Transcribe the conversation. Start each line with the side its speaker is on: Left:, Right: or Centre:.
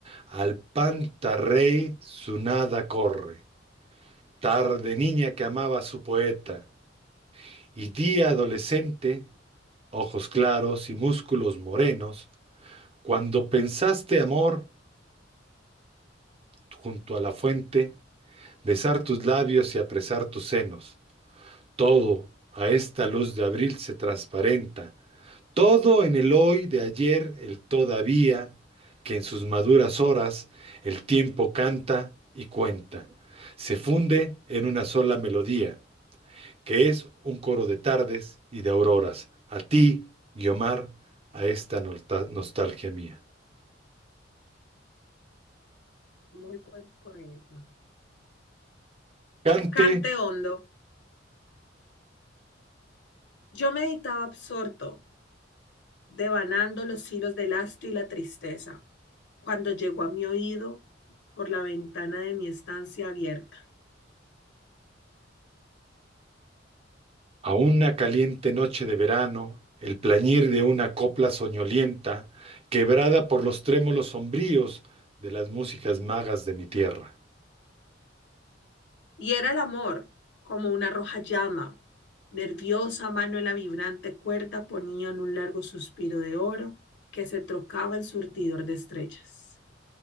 Right: al pantarrey su nada corre. Tarde niña que amaba a su poeta, y día adolescente, ojos claros y músculos morenos, cuando pensaste amor junto a la fuente, besar tus labios y apresar tus senos, todo a esta luz de abril se transparenta, todo en el hoy de ayer, el todavía, que en sus maduras horas el tiempo canta y cuenta, se funde en una sola melodía que es un coro de tardes y de auroras, a ti, Guiomar, a esta nostalgia mía.
Left: Muy buen poema.
Right: Cante
Left: Cante hondo. Yo meditaba absorto, devanando los hilos del astro y la tristeza, cuando llegó a mi oído por la ventana de mi estancia abierta.
Right: a una caliente noche de verano el plañir de una copla soñolienta, quebrada por los trémolos sombríos de las músicas magas de mi tierra.
Left: Y era el amor, como una roja llama. Nerviosa mano en la vibrante cuerda ponían un largo suspiro de oro que se trocaba el surtidor de estrellas.